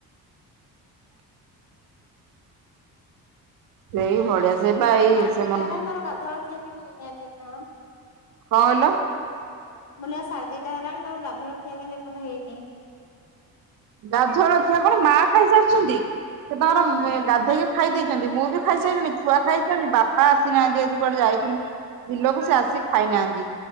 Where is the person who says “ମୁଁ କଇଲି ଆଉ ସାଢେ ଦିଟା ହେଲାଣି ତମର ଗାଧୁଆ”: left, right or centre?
Left